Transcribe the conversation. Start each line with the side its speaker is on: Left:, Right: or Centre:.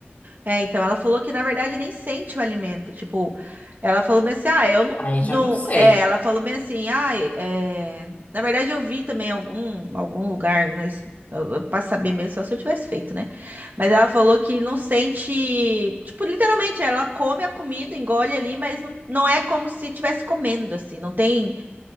Right: É, então, ela falou que na verdade nem sente o alimento. Tipo, ela falou bem assim: ah, eu não.
Left: Aí
Right: não...
Left: já não sei.
Right: É, ela falou bem assim: ah, é... na verdade eu vi também algum, algum lugar, mas eu, eu, pra saber mesmo, só se eu tivesse feito, né? Mas ela falou que não sente. Tipo, literalmente, ela come a comida, engole ali, mas não, não é como se estivesse comendo, assim. Não tem,